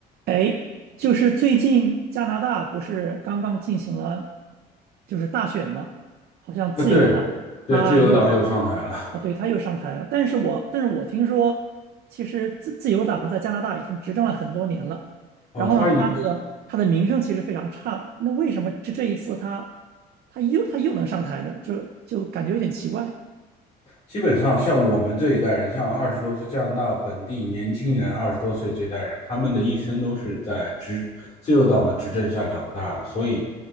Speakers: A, on the right; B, on the left.
A: 哎，就是最近加拿大不是刚刚进行了就是大选吗？好像自由党他又
B: 啊，对对，自由党又上台了。
A: 啊，对，他又上台了。但是我但是我听说，其实自自由党在加拿大已经执政了很多年了。
B: 哦，
A: 然后呢，
B: 他已
A: 他的他的名声其实非常差。那为什么这这一次他他又他又能上台呢？就就感觉有点奇怪。
B: 基本上像我们这一代人，像二十多岁加拿大本地年轻人，二十多岁这一代人，他们的一生都是在执自由党的执政下长大的。所以，